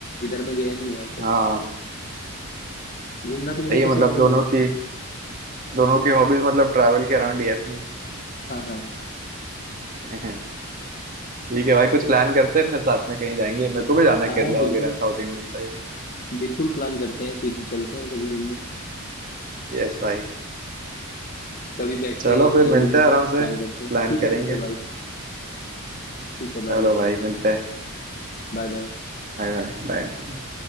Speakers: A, on the left (about 40°); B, on the right (about 40°).
A: इधर मैं गया नहीं हुआ तक
B: हाँ
A: घूमना तो मुझे
B: ये
A: पसंद
B: मतलब
A: है
B: दोनों
A: ही
B: की दोनों की हॉबीज मतलब ट्रैवल के अराउंड ही है अपनी
A: हाँ हाँ
B: <laughs> ठीक है भाई कुछ प्लान करते हैं फिर साथ में कहीं जाएंगे मेरे को भी जाना है
A: हाँ
B: केरला
A: हाँ बिल्कुल
B: वगैरह साउथ इंडियन साइड
A: बिल्कुल प्लान करते हैं फिर चलते हैं कभी घूमने
B: यस भाई
A: कभी बैठ के
B: चलो फिर
A: टाइम
B: मिलते
A: मिले
B: हैं आराम
A: तो
B: से
A: प्लान करते हैं
B: प्लान
A: ठीक है
B: करेंगे
A: ठीक है भाई ठीक है
B: चलो
A: भाई
B: भाई मिलते हैं
A: Bye bye
B: Bye bye bye